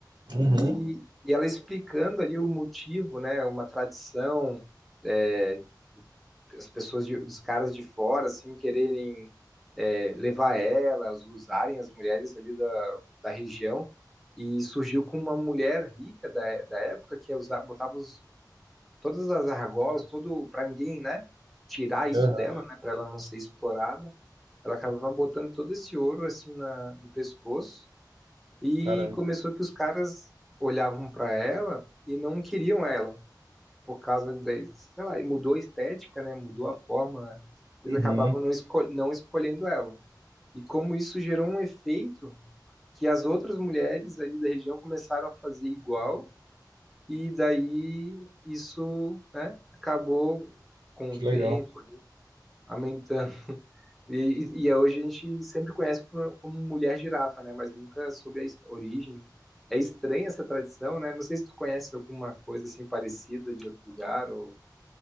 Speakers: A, on the right (about 70°); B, in the centre.
A: Uhum.
B: E, e ela explicando ali o motivo, né? Uma tradição é, as pessoas, de, os caras de fora, assim, quererem é, levar elas, usarem as mulheres ali da, da região. E surgiu com uma mulher rica da, da época que usava, botava os, todas as argolas, todo para ninguém, né? Tirar isso
A: Aham,
B: dela, né? Para ela não ser explorada. Ela acabava botando todo esse ouro assim na, no pescoço e
A: Caramba.
B: começou que os caras olhavam para ela e não queriam ela por causa da, sei lá, e mudou a estética, né? Mudou a forma. Eles
A: Uhum.
B: acabavam não, escol não escolhendo ela. E como isso gerou um efeito que as outras mulheres ali da região começaram a fazer igual, e daí isso, né, acabou com
A: Que
B: o
A: legal.
B: tempo ali, aumentando. E, e, e é hoje a gente sempre conhece por- como mulher girafa, né? Mas nunca soube a is- origem. É estranha essa tradição, né? Não sei se tu conhece alguma coisa assim parecida de outro lugar ou